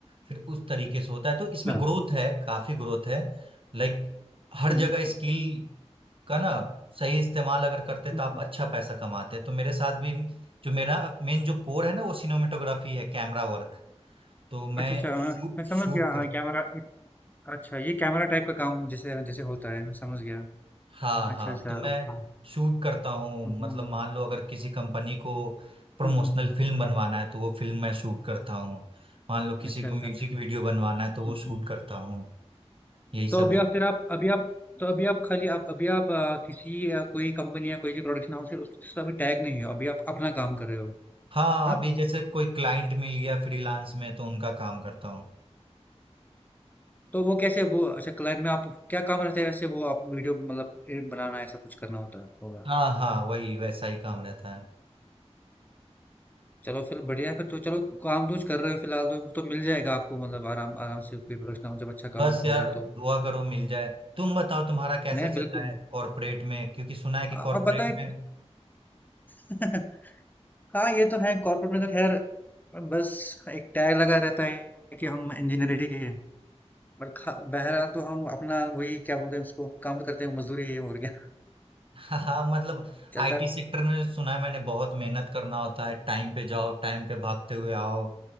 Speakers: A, on the right; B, on the left.
A: फिर उस तरीके से होता है तो
B: अच्छा
A: इसमें ग्रोथ है काफी ग्रोथ है लाइक हर
B: हम्म, हम्म,
A: जगह
B: हम्म।
A: स्किल का ना सही इस्तेमाल अगर करते
B: हम्म,
A: तो आप
B: हम्म।
A: अच्छा पैसा कमाते हैं तो मेरे साथ भी जो मेरा मेन जो कोर है ना वो सिनेमेटोग्राफी है कैमरा वर्क तो मैं
B: अच्छा अच्छा
A: शूट
B: मैं मैं समझ
A: शूट
B: गया हाँ, कैमरा अच्छा ये कैमरा टाइप का काम जैसे जैसे होता है मैं समझ गया
A: हाँ
B: अच्छा
A: हाँ
B: अच्छा
A: तो मैं
B: ओके हम्म
A: शूट करता हूँ
B: हम्म,
A: मतलब मान लो अगर किसी कंपनी को प्रमोशनल
B: हम्म, हम्म,
A: फिल्म बनवाना है तो वो फिल्म मैं शूट करता हूँ मान लो किसी
B: अच्छा
A: को
B: अच्छा
A: म्यूजिक वीडियो बनवाना है तो वो
B: हम्म,
A: शूट
B: हम्म।
A: करता हूँ यही
B: तो
A: सब
B: अभी
A: है
B: आप फिर आप अभी आप तो अभी आप खाली आप अभी आप आ, किसी आ, कोई कंपनी या कोई भी प्रोडक्शन हाउस है उससे अभी टैग नहीं हो अभी आप अपना काम कर रहे हो
A: हाँ
B: हाँ
A: अभी जैसे कोई क्लाइंट मिल गया फ्रीलांस में तो उनका काम करता हूँ
B: तो वो कैसे वो अच्छा क्लाइंट में आप क्या काम रहता है वैसे वो आप वीडियो मतलब ए, बनाना ऐसा कुछ करना होता है होगा
A: हाँ हाँ वही वैसा ही काम रहता है
B: चलो फिर बढ़िया है फिर तो चलो काम तो कुछ कर रहे हो फिलहाल तो तो मिल जाएगा आपको मतलब आराम आराम से कोई प्रोडक्शन हाउस जब अच्छा
A: बस
B: काम
A: यार
B: होगा तो
A: दुआ करो मिल जाए तुम बताओ तुम्हारा कैसा
B: नहीं
A: चल
B: बिल्कुल
A: रहा है कॉरपोरेट में क्योंकि सुना है कि
B: आ-
A: कॉरपोरेट
B: आप बताए
A: में
B: <laughs> हाँ ये तो है कॉर्पोरेट में तो खैर बस एक टैग लगा रहता है कि हम इंजीनियरिंग के और खा बहरहाल तो हम अपना वही क्या बोलते हैं उसको काम करते हैं मजदूरी है और क्या
A: हाँ हाँ,
B: <laughs>
A: मतलब
B: चलता
A: आईटी
B: है
A: सेक्टर में सुना है मैंने बहुत मेहनत करना होता है टाइम पे जाओ टाइम पे भागते हुए आओ